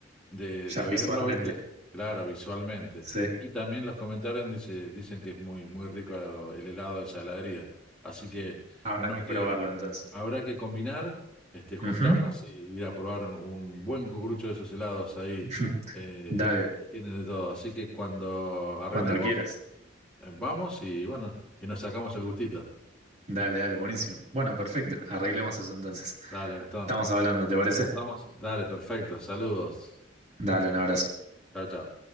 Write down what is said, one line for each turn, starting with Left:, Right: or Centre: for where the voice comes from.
Centre: de,
Right: ya
Centre: de
Right: visualmente.
Centre: verlo, ¿viste? Claro, visualmente.
Right: Sí,
Centre: Y también los comentarios dice, dicen que es muy, muy rico el helado de saladería. Así que
Right: habrá
Centre: no
Right: que
Centre: que
Right: probarlo entonces.
Centre: habrá que combinar, este, juntarnos
Right: Ujú.
Centre: y ir a probar un buen cucurucho de esos helados ahí,
Right: <laughs> Ujú.
Centre: eh,
Right: Dale,
Centre: que tienen de todo. Así que cuando arreglemos,
Right: cuando quieras.
Centre: eh, vamos y bueno, y nos sacamos el gustito.
Right: Dale, dale, buenísimo. Bueno, perfecto. Arreglemos eso entonces.
Centre: Dale, Gastón.
Right: Estamos hablando, ¿te parece?
Centre: Nos estamos. Dale, perfecto. Saludos.
Right: Dale, un abrazo.
Centre: Chao, chao.